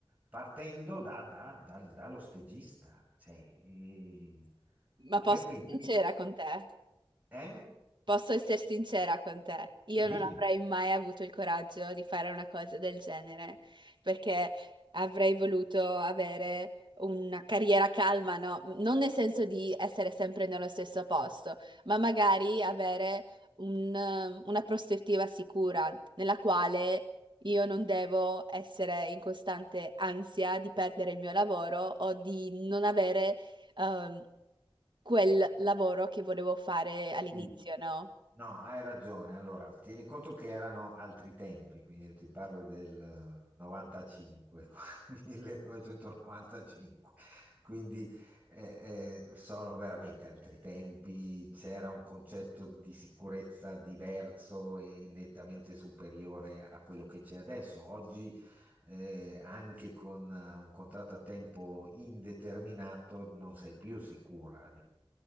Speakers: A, on the right; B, on the right.
A: partendo da- da- dal- dallo stagista. Cioè, eh,
B: ma posso
A: perché?
B: essere
A: Per-
B: sincera con te.
A: eh?
B: Posso essere sincera con te, io non
A: Dimmi.
B: avrei mai avuto il coraggio di fare una cosa del genere, perché avrei voluto avere una carriera calma, no? Non nel senso di essere sempre nello stesso posto, ma magari avere un, eh, una prospettiva sicura nella quale io non devo essere in costante ansia di perdere il mio lavoro o di non avere... ehm, quel lavoro che volevo fare all'inizio,
A: Sì.
B: no?
A: No, hai ragione. Allora, tieni conto che erano altri tempi, quindi io ti parlo del eh, 95, 1995, <laughs> quindi eh, eh, sono veramente altri tempi, c'era un concetto di sicurezza diverso e nettamente superiore a quello che c'è adesso. Oggi, eh, anche con eh, un contratto a tempo indeterminato, non sei più sicura